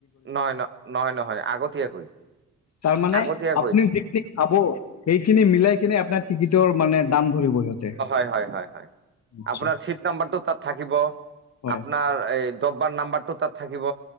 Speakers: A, on the right; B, on the left.
A: নহয় ন-নহয় আগতীয়াকৈ
B: তাৰ মানে
A: আগতীয়া
B: আপুনি যিখিনি খাব, সেইখিনি মিলাইকিনে আপোনাৰ টিকিটৰ মানে দাম ধৰিব সিহঁতে।
A: অ' হয় হয় হয়।
B: আচ্ছা
A: আপোনাৰ চিট নাম্বাৰটো তাত থাকিব।
B: হয়
A: আপোনাৰ এই ডব্বাৰ নাম্বাৰ তাত থাকিব,